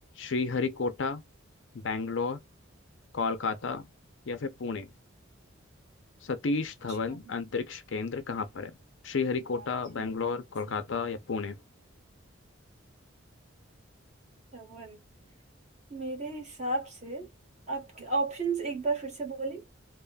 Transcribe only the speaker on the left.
श्रीहरिकोटा बैंगलोर कोलकाता या फिर पुणे सतीश
धवन अंतरिक्ष केंद्र कहाँ पर है श्रीहरिकोटा
बैंगलोर
कोलकाता
या पुणे